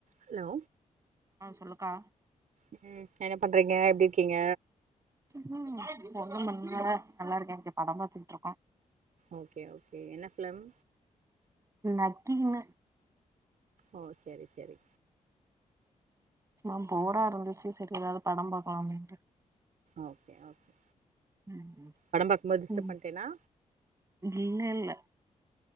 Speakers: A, on the right; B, on the right.
A: ஹலோ
B: ஆ சொல்லுக்கா
A: உம் என்ன பண்றீங்க எப்டி இருக்கீங்க
B: உம் <unintelligible> நேர நல்லா இருக்கேன் இன்னைக்கு படம் பாத்துட்டு இருக்கோம்
A: ஓகே ஓகே என்ன ஃபிலிம்
B: லக்கிங்க
A: ஓ செரி செரி
B: ம் போரா இருந்துச்சு சரி ஏதாவது படம் பாக்கலாம் அப்படீன்ட்டு
A: ஓகே ஓகே
B: ம்
A: படம் பாக்கும்போது டிஸ்டர்ப்
B: ம்
A: பண்ட்டேனா
B: இல்ல இல்ல